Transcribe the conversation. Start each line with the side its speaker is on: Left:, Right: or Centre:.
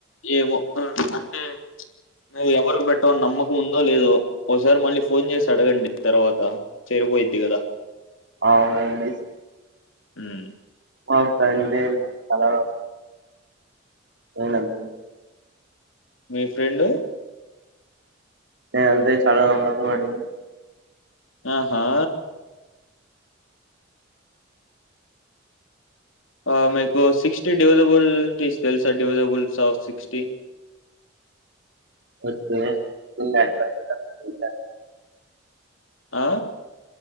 Left: ఏమో అంటే మేవు ఎవరికి పెట్టమని నమ్మకం ఉందో లేదో ఒకసారి మళ్ళీ ఫోన్ చేసి అడగండి తర్వాత చెరు పోయిద్ది కదా
Right: అవునండి
Left: మ్మ్
Right: ఆ పెండి చాల అవునంత
Left: మీ ఫ్రెండు
Right: నే అంతే చాలా గమ్మతో అండి
Left: ఆహా ఆ మీకు సిక్స్టీ డివిజబుల్టీసు తెలుసా డివిజబుల్స్ ఆఫ్ సిక్స్టీ
Right: ఎ ఉన్నాంట <unintelligible>
Left: ఆ